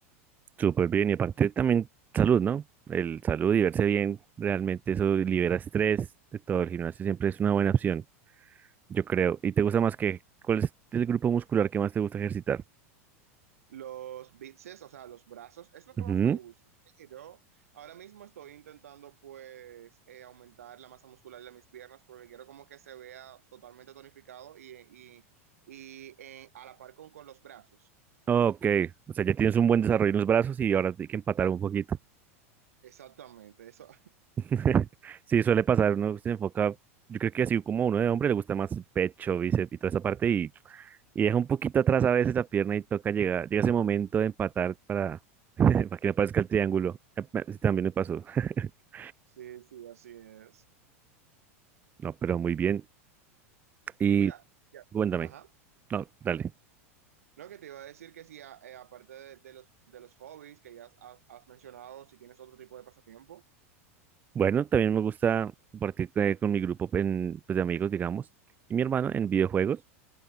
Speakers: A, on the right; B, on the right.
A: Súper bien, y aparte también salud, ¿no? El salud y verse bien, realmente eso libera estrés de todo. El gimnasio siempre es una buena opción, yo creo. ¿Y te gusta más que, cuál es el grupo muscular que más te gusta ejercitar?
B: Los bíceps, o sea, los brazos, es lo que
A: Ujú.
B: más me gusta, pero ahora mismo estoy intentando pues eh, aumentar la masa muscular de mis piernas porque quiero como que se vea totalmente tonificado y, y, y eh, a la par con, con los brazos.
A: Ok, o sea, ya tienes un buen desarrollo en los brazos y ahora hay que empatar un poquito.
B: Exactamente, eso,
A: <laughs> Sí, suele pasar, uno se enfoca, yo creo que así como uno de hombre le gusta más el pecho, bíceps y toda esa parte y y deja un poquito atrás a veces la pierna y toca llegar, llega ese momento de empatar para, <laughs> para que no aparezca el triángulo. Eh, Sí, también me pasó. <laughs>
B: Sí, sí, así es.
A: No, pero muy bien. Y
B: Y mira, ya-
A: cuéntame.
B: ajá.
A: No, dale.
B: Lo que te iba a decir que sí, a- eh, aparte de, de los, de los hobbies que ya has, has mencionado, si tienes otro tipo de pasatiempo.
A: Bueno, también me gusta compartir eh, con mi grupo en, pues, de amigos, digamos, y mi hermano en videojuegos.